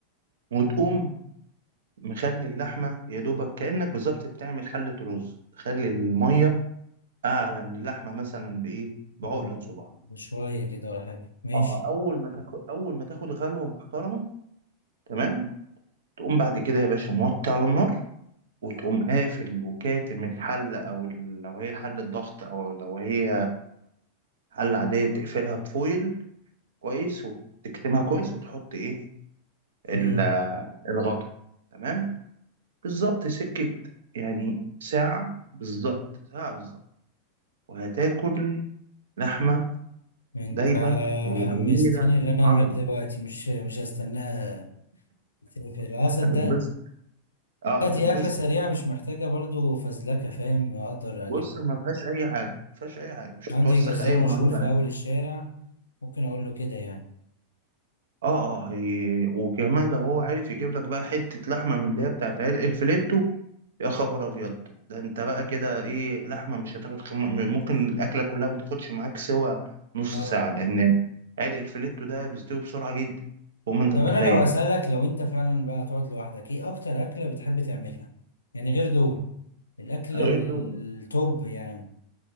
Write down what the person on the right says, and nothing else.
وتقوم مخلي اللحمة يا دوبك كأنك بالظبط بتعمل حلة رز تخلي المية أعلى من اللحمة مثلا بإيه بعقلة
صباع
اه أول ما تاخد أول ما تاخد غلوة محترمة تمام تقوم بعد كده يا باشا موطي على النار وتقوم قافل وكاتم الحلة أو ال- لو هي حلة ضغط أو لو هي حلة عادية تقفلها بفويل كويس وتكتمها كويس وتحط إيه ال-
الغطا تمام بالظبط سكة يعني ساعة بالظبط ساعة بالظبط وهتاكل لحمة
دايبة وجميلة
وعظمة
هتنبسط اه
هتنبسط
بص ما فيهاش أي حاجة ما فيهاش أي حاجة مش
هتوسخ
أي مواعين
اه اه هي- وكمان لو هو عارف يجيب لك بقى حتة لحمة من اللي هي بتاعت عيال الفليتو يا خبر ابيض ده انت بقى كده ايه لحمة مش هتاخد خم... ممكن الاكلة كلها ما تاخدش معاك سوى نص
ساعة لان عرق الفليتو ده بيستوي بسرعة جدا فوق ما انت
متخيل
يعني
غير
دول